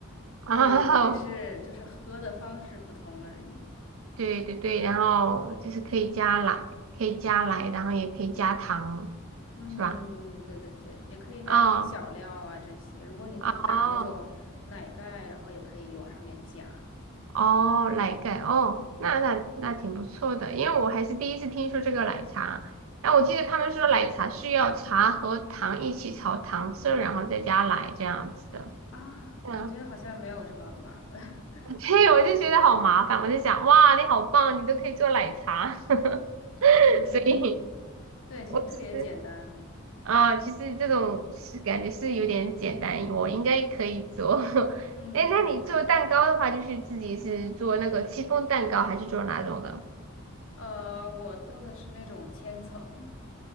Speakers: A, on the right (about 70°); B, on the left (about 70°).
A: <laughs>
B: 就也是就是喝的方式不同而已。
A: 哦对对对，然后就是可以加奶，可以加奶，然后也可以加糖，
B: 嗯，
A: 是吧？
B: 对对对，也可以加一些小料啊这些。
A: 哦
B: 如果你会打那种奶盖，
A: 哦
B: 然后也可以往上面加
A: 哦，奶盖哦，那那那挺不错的，因为我还是第一次听说这个奶茶。然后我记得他们说奶茶需要茶和糖一起炒糖色，然后再加奶这样子的。
B: 啊。
A: 嗯，
B: 我觉得好像没有这么麻烦。<laughs>
A: <laughs> 对，我就觉得好麻烦，我就想，哇，你好棒，你都可以做奶茶，<laughs>
B: 嗯，
A: 所以。
B: 对，其实特别简单。
A: 我其实。啊，其实这种是感觉是有点简单，我应该可以做。<laughs>
B: 嗯，
A: 哎那你做蛋糕的话，
B: 对对对。
A: 就是自己是做那个戚风蛋糕，还是做哪种的？
B: 呃，我做的是那种千层，